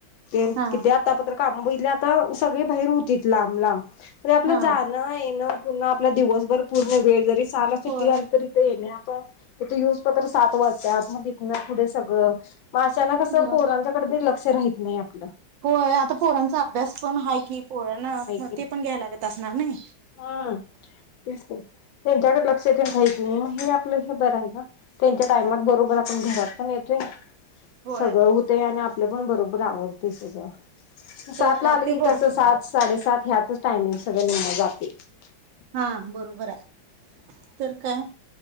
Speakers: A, on the left; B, on the right.
A: तेल
B: हा
A: किती आत्ता पतर काम बघितली आता सगळी बाहीर होतीत लांब लांब. ते आपलं
B: हा
A: जाणं येणं पुन्हा आपला दिवसभर पूर्ण वेळ जरी <unintelligible>
B: होय
A: येतो यूज पेपर सात वा त्या आतमध्ये न पुढे सगळ! म अचानक अस
B: घरातलं
A: पोरांच्याकडे दुर्लक्ष ते राहित नई आप
B: होय आता पोरांचा अभ्यास, पण हाय की पोरांना आत्म
A: की
B: ते पण घ्याय लागत असणार नई
A: हा तेच ना त्यांच्याकडे लक्ष <unintelligible> हे आपलं आपलं बर हाय ना त्यांच्या टाइम ला बरोबर आपण घरात पण येतोय.
B: होय
A: सगळ हुताय ना आप आपलं पण बरोबर आवरतय सगळ. सात
B: तर काय
A: ला आल,
B: ते
A: की
B: बरं
A: कस
B: पडतंय.
A: सात साढे सात ह्या तोच टाईमिंग सगळ नी मजा <inaudible>
B: हा बरोबर आय तर काय